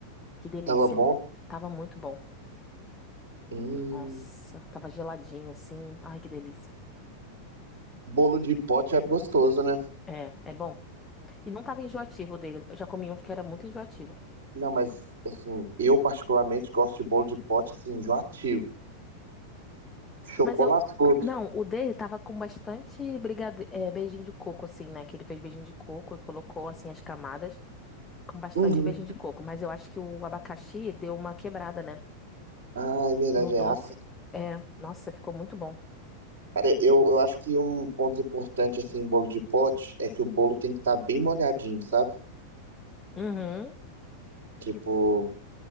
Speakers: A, on the left (about 15°); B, on the right (about 60°).
A: Que delícia.
B: tava bom.
A: Tava muito bom.
B: Hum,
A: Nossa, tava geladinho assim. Ai, que delícia.
B: bolo de pote é gostoso, né?
A: É, é bom. E não tava enjoativo o dele. Eu já comi um que era muito enjoativo.
B: Não, mas assim, eu particularmente gosto de bolo de pote assim, enjoativo. Chocolatudo.
A: Mas eu. Não, o dele tava com bastante brigade... é, beijinho de coco, assim, né? Que ele fez beijinho de coco e colocou, assim, as camadas. com bastante
B: Uhum.
A: beijinho de coco, mas eu acho que o abacaxi deu uma quebrada, né?
B: Ah, é verdade,
A: No doce.
B: é ácido.
A: É, nossa, ficou muito bom.
B: Cara, eu, eu acho que um ponto importante assim em bolo de pote é que o bolo tem que estar bem molhadinho, sabe?
A: Uhum.
B: Tipo,